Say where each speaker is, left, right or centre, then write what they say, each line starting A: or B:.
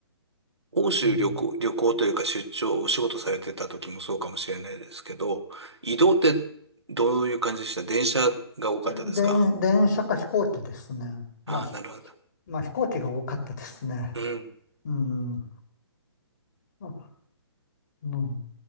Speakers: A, on the right; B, on the left.
A: 欧州旅行、
B: うん
A: 旅行というか出張、お仕事されてた時もそうかもしれないですけど、移動ってどういう感じでした電車が多かったですか
B: 電、電車か飛行機ですね。まあ、
A: ああー、
B: ひ
A: なるほど。
B: まあ飛行機が多かったですね。
A: うん。
B: うん。あうん。